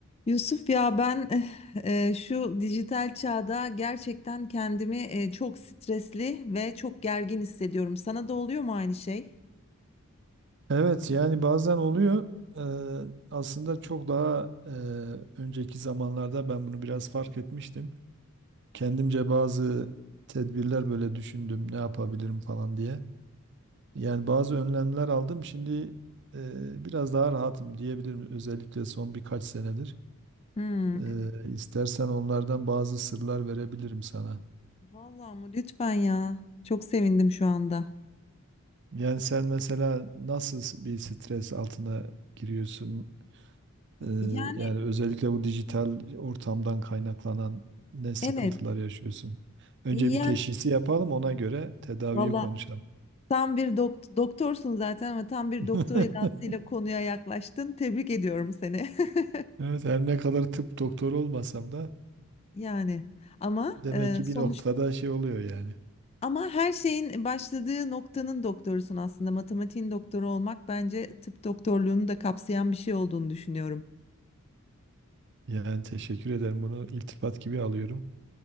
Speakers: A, on the left; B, on the right.
A: Yusuf ya ben eh, eh, şu dijital çağda gerçekten kendimi eh, çok stresli ve çok gergin hissediyorum. Sana da oluyor mu aynı şey?
B: Evet yani bazen oluyor. Eee, aslında çok daha eee, önceki zamanlarda ben bunu biraz fark etmiştim. Kendimce bazı tedbirler böyle düşündüm ne yapabilirim falan diye. Yani bazı önlemler aldım. Şimdi eee, biraz daha rahatım diyebilirim. Özellikle son birkaç senedir.
A: Hmm,
B: Eee
A: evet.
B: istersen onlardan bazı sırlar verebilirim sana.
A: Vallahi mı? Lütfen ya. Çok sevindim şu anda.
B: Yani sen mesela nasıl bir stres altına giriyorsun? Ee,
A: Yani
B: yani özellikle bu dijital ortamdan kaynaklanan ne sıkıntılar
A: evet.
B: yaşıyorsun? Önce
A: Yani
B: bir teşhisi yapalım ona göre tedaviyi
A: valla
B: konuşalım.
A: tam bir dokt- doktorsun zaten ama tam bir
B: <laughs>
A: doktor edasıyla konuya yaklaştın. Tebrik ediyorum seni. <laughs>
B: Evet her ne kadar tıp doktoru olmasam da
A: Yani ama
B: demek
A: eh,
B: ki
A: sonuçta
B: bir noktada şey oluyor yani.
A: Ama her şeyin başladığı noktanın doktorusun aslında. Matematiğin doktoru olmak bence tıp doktorluğunu da kapsayan bir şey olduğunu düşünüyorum.
B: Yani teşekkür ederim bunu iltifat gibi alıyorum.